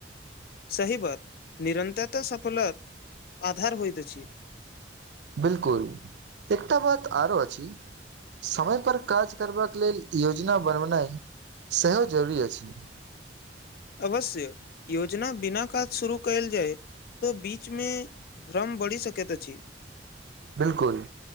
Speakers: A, on the left; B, on the right.
A: सही बात निरन्तरता सफलता आधार होइत अछि
B: बिलकुल एकटा बात आरो अछि समयपर काज करबाक लेल योजना बनेनाइ सेहो जरूरी अछि
A: अवश्य योजना बिना काज शुरू कयल जाय तो बीच बीच मे भ्रम बढ़ि सकैत अछि
B: बिलकुल